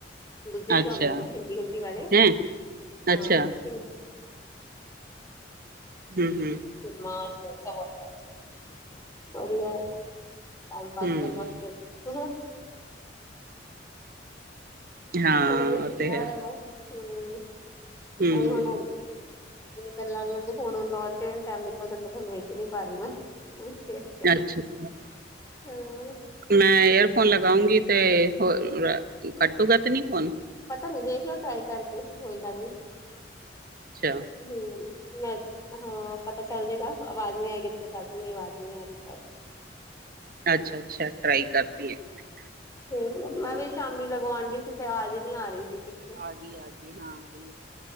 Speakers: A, on the left (about 15°); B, on the right (about 50°).
A: ਦੂਜੇ ਵੀ
B: ਅੱਛਾ,
A: ਆਉਂਦੇ ਆ ਹਿੰਦੀ ਹੁੰਦੀ ਵਾਲੇ
B: ਹੈਂ,
A: ਹਾਂ
B: ਅੱਛਾ,
A: <inaudible>
B: ਹੂੰ ਹੂੰ
A: <inaudible> ਬੜੀਆ ਟਾਈਮ ਪਾਸ
B: ਹੂੰ।
A: ਕਰ <inaudible>
B: ਹਾਂ,
A: ਹੁਣ ਉਹੀ ਸੁੁੱਟਿਆ
B: ਉਹ ਤੇ
A: ਹੋਇਆ
B: ਹੈ,
A: ਵਾ ਹੂੰ ਉਹੀ
B: ਹੂੰ,
A: ਹੁਣ ਹਮ ਗੱਲਾਂ ਵਿੱਚ ਫੋ਼ਨ ਲਾਉਣ ਚ ਟੈਮ ਨਿਕਲ ਜਾਂਦਾ ਤੁਹਾਨੂੰ ਵੇਖ ਹੀ ਨੀ ਪਾ ਰਹੀ ਮੈਂ <inaudible>
B: <unintelligible>
A: ਹੂੰ
B: ਮੈਂ ਏਅਰਫੋਨ ਲਗਾਉਂਗੀ ਤੇ ਹੋ ਕੱਟੂਗਾ ਤੇ ਨੀ ਫੋ਼ਨ?
A: ਪਤਾ ਨੀ ਵੇਖਲਓ ਟਰਾਈ ਕਰਕੇ ਕੋਈ ਗੱਲ ਨੀ
B: ਅੱਛਾ।
A: ਹੂੰ ਮ ਹਾਂ ਪਤਾ ਚੱਲ ਜੇਗਾ ਆਵਾਜ਼ ਨਹੀਂ ਆਏਗੀ ਤਾਂ ਫਿਰ ਕਰ ਦੂੰਗੀ ਆਵਾਜ਼ ਨਹੀਂ ਆਗੀ
B: ਅੱਛਾ-ਅੱਛਾ ਟਰਾਈ ਕਰਤੀ ਇੱਕ ਮਿੰਟ
A: ਵੇਖ ਲੋ ਮੈਂ ਵੀ ਸ਼ਾਮੀ ਲਗਉਣ ਡਈ ਸੀ ਤੇ ਅਵਾਜ਼ ਨੀ ਆ ਰਹੀ ਸੀ ਠੀਕ ਸੇ
B: ਆ ਗਈ ਆ ਗਈ ਹਾਂ ਰਹੀ